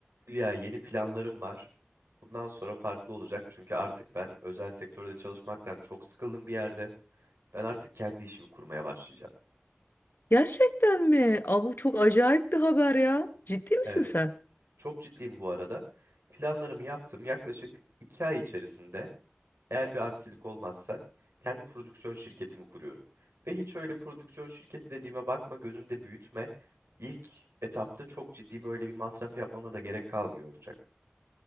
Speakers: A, on the right (about 80°); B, on the left (about 50°).
A: Ya yeni planlarım var. Bundan sonra farklı olacak çünkü artık ben özel sektörde çalışmaktan çok sıkıldım bir yerde. Ben artık kendi işimi kurmaya başlayacağım.
B: Gerçekten mi? Aa, bu çok acayip bir haber ya. Ciddi misin
A: Evet.
B: sen?
A: Çok ciddiyim bu arada. Planlarımı yaptım yaklaşık iki ay içerisinde. Eğer bir aksilik olmazsa kendi prodüksiyon şirketimi kuruyorum. Ve hiç öyle prodüksiyon şirketi dediğime bakma gözünde büyütme. İlk etapta çok ciddi böyle bir masraf yapmama da gerek kalmıyor olacak.